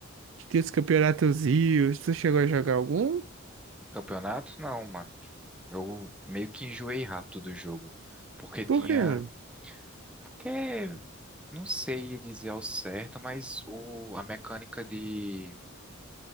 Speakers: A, on the right; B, in the centre.
A: que tinha os campeonatos rios, tu chegou a jogar algum?
B: Campeonato? Não, mano. Eu meio que enjoei rápido do jogo. Porque tinha.
A: Por quê, mano?
B: Porque. Não sei dizer ao certo, mas o... a mecânica de.